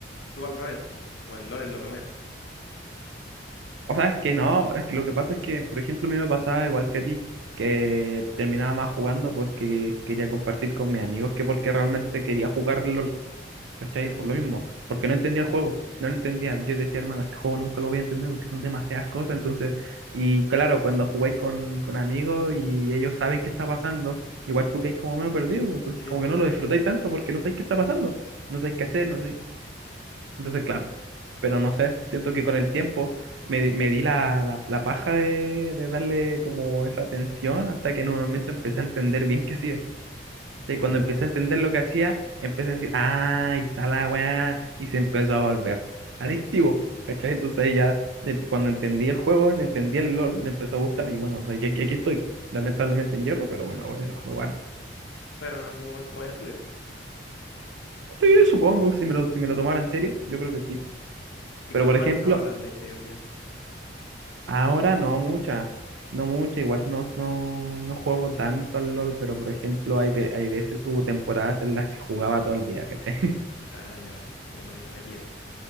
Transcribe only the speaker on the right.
O sea, es que no, es que lo que pasa es que, por ejemplo, a mí me pasaba igual que a ti, que terminaba más jugando porque quería compartir con mis amigos que porque realmente quería jugarlo ¿cachai?
Por
lo mismo, porque no entendía el juego, no lo entendía. Yo decía, hermano, este juego nunca lo voy a entender porque son demasiadas cosas. Entonces, y claro, cuando jugáis con, con amigos y ellos saben qué está pasando, igual tú quedáis como medio perdido, pues, entonces
como
que no lo disfrutáis tanto porque no sabéis qué está pasando, no sabéis qué hacer, no sé. Entonces, claro, pero no sé, siento que con el tiempo me, di- me di la, la, la paja de, de darle como esa atención hasta que en un momento empecé a entender bien qué hacía. ¿cachai?
Cuando
empecé
a entender
lo que hacía, empecé a decir, ah, ahí está la weá, y se empezó a volver adictivo, ¿cachai? Entonces ahí ya, eh, cuando entendí el juego, entendí el LOL, me empezó a gustar y bueno, aquí, aquí- aquí estoy, lamentablemente en hierro, pero bueno, eh, juego harto.
Sí, supongo, si me lo, si me lo tomara en serio, yo creo que sí.
Pero
por
ejemplo,
ahora no mucha, no mucha, igual no, no, no juego tanto al LOL, pero por ejemplo, hay, ve- hay veces hubo temporadas en las que jugaba todo el día, ¿cachai? <laughs>